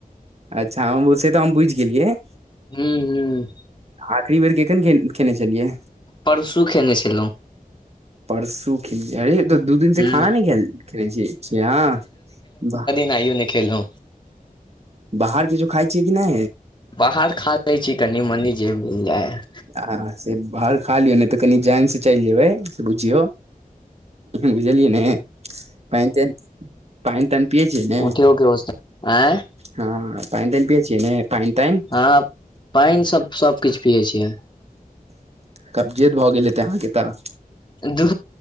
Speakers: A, on the right; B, on the left.
A: अच्छा हम ओस तऽ हम बुझि गेलियै
B: हूँ हूँ
A: आखिरी बेर केकन खेलने छलियै
B: परसू खेने छलहुँ
A: परसू खिन अरे त दू दिन से
B: हूँ
A: खाना नइ खेना छी अहाँ
B: यो नइ खेलहु
A: बाहर किछु खाइ छियै कि ना
B: बाहर खा लै छी कनि मनी जे मिल जाय है
A: आ से बाहर खा लियौ नहि तऽ कनि जइनसँ चलि जेबै से बुझियौ बुझलिय ने क पाइन तइन पिए छिए ने
B: उठियो के होस आँय
A: हँ पानि तइन पिय छिय ने पानि तइन
B: अह पइन सब सब किछु पियै छियै
A: कब्जियत भऽ गेल हे ते अहाँके तऽ
B: दु